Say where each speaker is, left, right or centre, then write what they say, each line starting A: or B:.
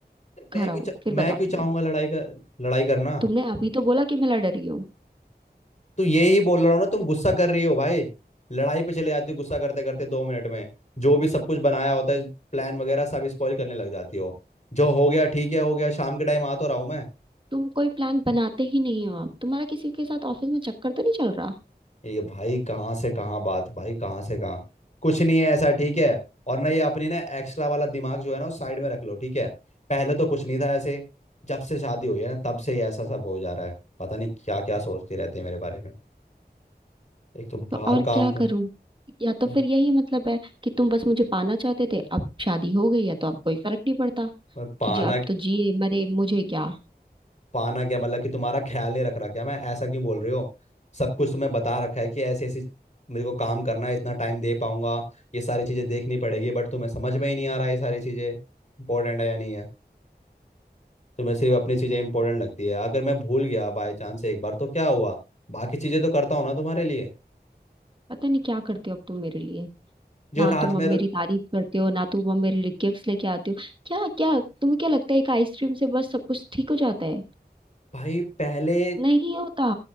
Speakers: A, on the left; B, on the right.
A: अरे मैं
B: घर
A: क्यों
B: आओ
A: चा,
B: फिर
A: मैं
B: बताती
A: क्यों चाहूंगा
B: हूँ
A: लड़ाई का लड़ाई करना
B: तुमने अभी तो बोला कि मैं लड़ रही हूँ
A: तो ये ही बोल रहा हूँ ना तुम गुस्सा कर रही हो भाई लड़ाई पे चले जाती हो गुस्सा करते करते दो मिनट में जो भी सब कुछ बनाया होता है प्लान वगैरह सब स्पॉइल करने लग जाती हो जो हो गया ठीक है हो गया शाम के टाइम आ तो रहा हूँ मैं
B: तुम कोई प्लान बनाते ही नहीं हो तुम्हारा किसी के साथ ऑफिस में चक्कर तो नहीं चल रहा
A: ये भाई कहाँ से कहाँ बात भाई कहाँ से कहाँ कुछ नहीं है ऐसा ठीक है और ना ये अपनी ना एक्स्ट्रा वाला दिमाग जो है ना वो साइड में रख लो ठीक है पहले तो कुछ नहीं था ऐसे जब से शादी हुई है ना तब से ये ऐसा सब हो जा रहा है पता नहीं क्या क्या सोचते रहते हैं मेरे बारे में एक तो
B: तो
A: बाहर
B: और
A: काम
B: क्या
A: कर
B: करूं या तो
A: ए,
B: फिर यही मतलब है कि तुम बस मुझे पाना चाहते थे अब शादी हो गई है तो अब कोई फर्क नहीं पड़ता
A: मैं पाना
B: कि जी अब तो जिए मरे मुझे क्या
A: पाना क्या मतलब कि तुम्हारा ख्याल नहीं रख रहा क्या मैं ऐसा क्यों बोल रही हो सब कुछ तुम्हें बता रखा है कि ऐसे ऐसी मेरे को काम करना है इतना टाइम दे पाऊंगा ये सारी चीजें देखनी पड़ेगी बट तुम्हें समझ में ही नहीं आ रहा है ये सारी चीजें इंपॉर्टेंट है या नहीं है तो मैं सिर्फ अपनी चीज़ें इंपॉर्टेंट लगती है अगर मैं भूल गया बाई चांस एक बार तो क्या हुआ बाकी चीज़ें तो करता हूँ ना तुम्हारे लिए
B: पता नहीं क्या करते हो अब तुम मेरे लिए
A: जो
B: ना
A: रात
B: तुम अब
A: में
B: मेरी तारीफ करते हो ना तुम अब मेरे लिए गिफ्ट्स लेके आते हो क्या क्या तुम्हें क्या लगता है एक आइसक्रीम से बस सब कुछ ठीक हो जाता है
A: भाई पहले
B: नहीं होता